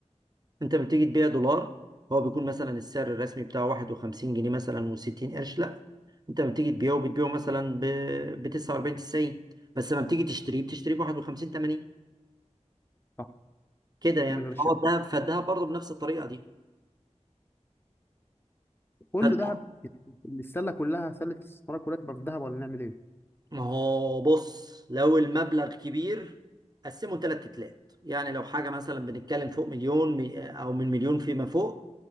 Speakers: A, on the right; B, on the left.
A: انت لما بتيجي تبيع دولار هو بيكون مثلا السعر الرسمي بتاعه 51 جنيه مثلا و60 قرش لا انت لما بتيجي تبيعه بتبيعه مثلا ب 49 90 بس لما بتيجي تشتريه بتشتريه ب 51 80
B: صح
A: كده يعني
B: من غير الشهر
A: هو الدهب فالدهب برضه بنفس الطريقه دي
B: كله
A: فالد-
B: ذهب السله كلها سله الاستثمار كلها تبقى في الذهب ولا نعمل ايه؟
A: ما هو بص لو المبلغ كبير قسمه ثلاث تلات يعني لو حاجه مثلا بنتكلم فوق مليون مي- او من مليون فيما فوق